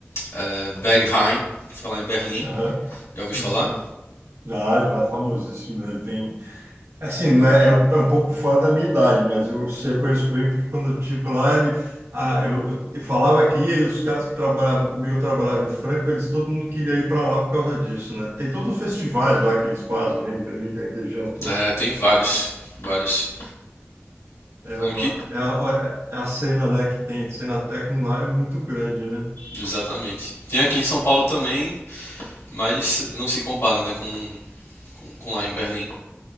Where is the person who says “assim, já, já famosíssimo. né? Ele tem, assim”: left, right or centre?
Right